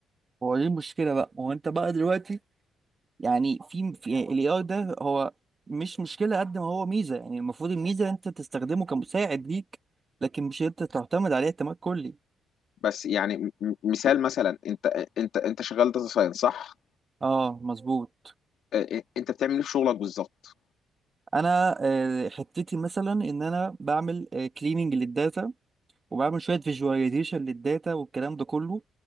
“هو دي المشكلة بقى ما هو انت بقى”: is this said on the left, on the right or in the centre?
Right